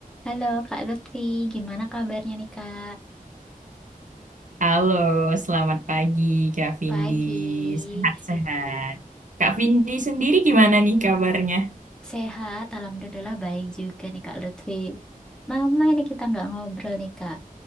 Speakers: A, in the centre; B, on the right (about 60°).
A: Halo Kak Lutfi, gimana kabarnya nih Kak?
B: Halo, selamat pagi Kak Vindi.
A: Pagi,
B: Sehat-sehat. Kak Vindi sendiri gimana nih kabarnya?
A: sehat, alhamdulillah baik juga nih Kak Lutfi. Lama ini kita nggak ngobrol nih Kak.